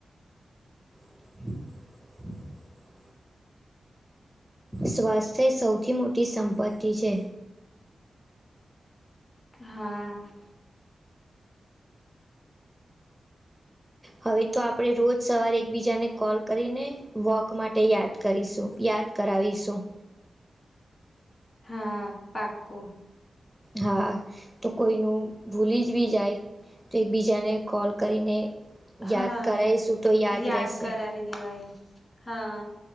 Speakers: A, in the centre; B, on the left.
A: <inaudible> સ્વાસ્થ્ય સૌથી મોટી સંપત્તિ છે.
B: હા.
A: હવે તો આપણે રોજ સવારે એકબીજાને કોલ કરીને વોક માટે યાદ કરીશું. યાદ કરાવીશું.
B: હા, પાક્કું.
A: હા. તો કોઈનું ભૂલી જ બી જાય, તો એકબીજાને કોલ કરીને
B: હા,
A: યાદ કરાઈશું તો
B: યાદ
A: રહેશે
B: કરાવી દેવાય, હા.